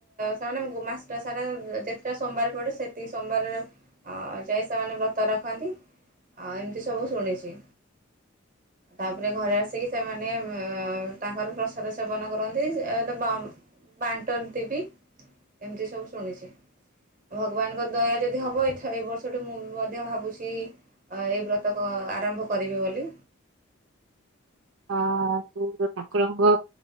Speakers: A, on the right; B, on the right.
A: ସୋମାନେ ମାସ ଟା ସାରା ଯେତେ ଟା ସୋମବାର ପଡ଼େ ସେତିକି ସୋମବାରର ଅ ଯାଏଁ ସେମାନେ ବ୍ରତ ରଖନ୍ତି ଆ ଏମତି ସବୁ ଶୁଣିଚି। ତାପରେ ଘରେ ଆସିକି ସେମାନେ । ତାଙ୍କର ପ୍ର ପ୍ରସାଦ ସେବନ କରନ୍ତି ଅ ଏଟା ବା ବାଣ୍ଟନ୍ତି ବି ଏମିତି ସବୁ ଶୁଣିଛି ଭଗବାନଙ୍କ ଦୟା ଯଦି ହବ ଏଥର ଏ ବର୍ଷଠୁ ମୁଁ ମଧ୍ୟ ଭାବୁଛି ଅ ଏଇ ବ୍ରତ ଅ ଆରମ୍ଭ କରିବି ବୋଲି।
B: ହଁ ତୁ ତ ଠାକୁରଙ୍କ